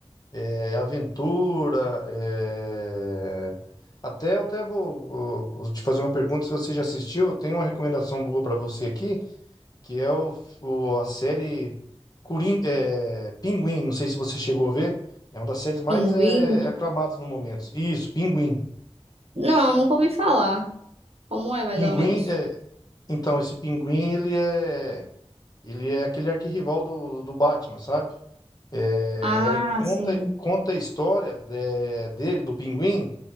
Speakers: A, on the left (about 35°); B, on the right (about 70°).
A: é, aventura, é, até eu até vou, vou te fazer uma pergunta se você já assistiu. Eu tenho uma recomendação boa para você aqui, que é o, o- a série Corin, é, Pinguim. Não sei se você chegou a ver. É uma das séries mais
B: Pinguim?
A: é, aclamadas no momento. Isso, Pinguim.
B: Não, nunca ouvi falar. Como é, mais
A: Pinguim
B: ou menos?
A: é, então esse Pinguim ele é ele é aquele arquirrival do, do Batman, sabe? É,
B: Ah,
A: aí conta
B: sim.
A: conta a história é, dele do Pinguim.